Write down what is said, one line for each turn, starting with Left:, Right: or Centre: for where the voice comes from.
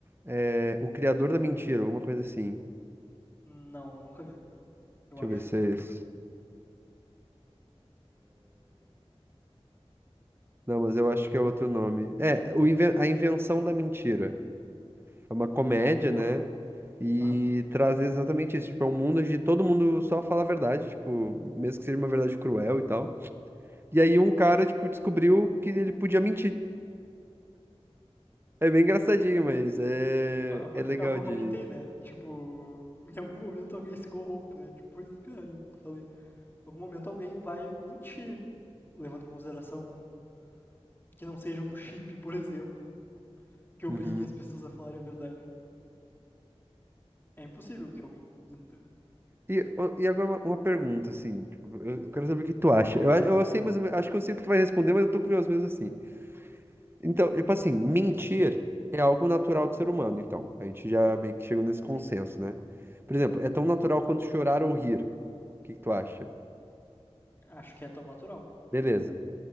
Right: é, o Criador da Mentira, alguma coisa assim.
Left: Não, nunca vi. Eu
Right: Deixa
Left: acho
Right: eu ver se
Left: que eu nunca
Right: é
Left: vi.
Right: esse. Não, mas eu acho que é outro nome. É, o Inven- A Invenção da Mentira. É uma comédia,
Left: Legal.
Right: né? E
Left: Aham.
Right: traz exatamente isso. Tipo, é um mundo onde todo mundo só fala a verdade, tipo, mesmo que seja uma verdade cruel e tal. E aí um cara, tipo, descobriu que ele podia mentir. É bem engraçadinho, mas é,
Left: Ah, É o que
Right: é
Left: eu
Right: legal
Left: é o que eu
Right: de.
Left: comentei, né? Tipo, em algum momento alguém se corrompe, né? Tipo, esse cara que eu falei. Em algum momento alguém vai mentir, levando em consideração que não seja um chip, por exemplo, que obrigue
Right: Uhum.
Left: as pessoas a falarem a verdade. É impossível que alguém não minta.
Right: E, ô, e agora uma, uma pergunta, assim, tipo, eu, eu quero saber o que tu acha. Eu, a- eu sei, mas acho que eu sei o que tu vai responder, mas eu tô curioso mesmo assim. Então, tipo assim, mentir é algo natural do ser humano, então. A gente já meio que chegou nesse consenso,
Left: Assim,
Right: né? Por exemplo, é tão natural quanto chorar ou rir. O que que tu acha?
Left: acho que é tão natural.
Right: Beleza.